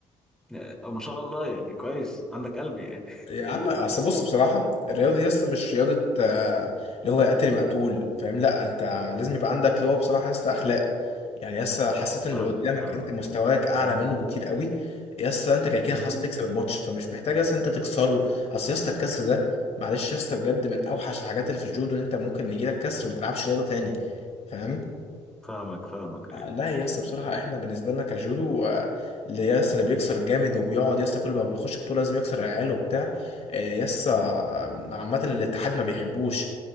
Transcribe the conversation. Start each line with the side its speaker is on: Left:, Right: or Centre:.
Centre: يا- ما شاء الله يعني كويس عندك قلب يعني
Left: يا عم اصل بص بصراحه الرياضه دي اصلا مش رياضه آه، اللي هو قتل مقتول فاهم لا انت لازم يبقى عندك اللي هو بصراحه لسه اخلاق يعني لسه حسيت ان
Centre: فاهمك
Left: اللي قدامك
Centre: فاهمك
Left: انت مستواك اعلى
Centre: مم.
Left: منه بكتير قوي لسه انت كده كده
Centre: مهم.
Left: خلاص تكسب الماتش فمش محتاج لسه انت تكسره اصل لسه الكسر ده معلش لسه بجد من اوحش الحاجات اللي في الجودو ان انت ممكن يجيلك كسر ما تلعبش رياضه تاني فاهم
Centre: فاهمك فاهمك ايه
Left: لا يا اسطى بصراحة احنا بالنسبة لنا كجودو آه، اللي يا اسطى اللي بيكسر جامد وبيقعد يا اسطى كل ما بيخش بطولة لازم يكسر العيال وبتاع آه، يا اسطى آه، عامة الاتحاد ما بيحبوش